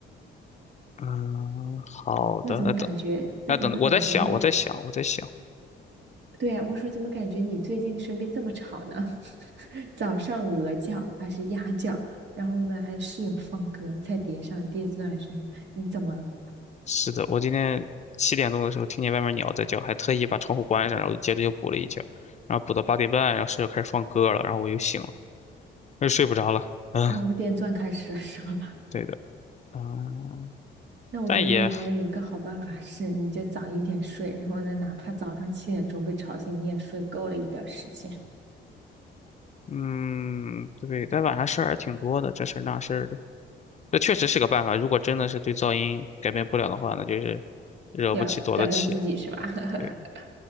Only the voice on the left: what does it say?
嗯，好的，
那等
那等，我在想，我在想，我在想。
是的，我今天七点钟的时候听见外面鸟在叫，还特意把窗户关上，然后接着又补了一觉，然后补到八点半，然后室友开始放歌了，然后我又醒了，又睡不着了。嗯，
对的，嗯，
但也，
嗯，对，但晚上事儿还挺多的，这事儿那事儿的，那确实是个办法。如果真的是对噪音改变不了的话，那就是惹不起躲得起。
对的